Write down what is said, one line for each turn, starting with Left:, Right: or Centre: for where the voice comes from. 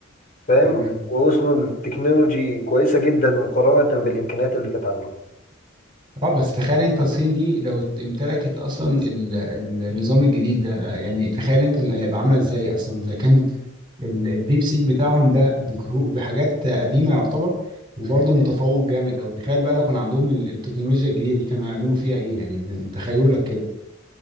Left: فاهم
Right: تمام
Left: ووصلوا لتكنولوجي كويسه جدا مقارنه بالامكانيات اللي كانت عندهم
Right: اه بس تخيل انت الصين دي لو امتلكت اصلا ال- النظام الجديد ده آه، يعني تخيل انت هيبقى عامله ازاي اصلا اذا كان ال- الديب سيك بتاعهم ده بكرو- بحاجات قديمه يعتبر وبرضه متفوق جامد او تخيل بقى لو كان عندهم ال- التكنولوجيا الجديده دي كانوا هيعملوا فيها ايه يعني تخيلك كده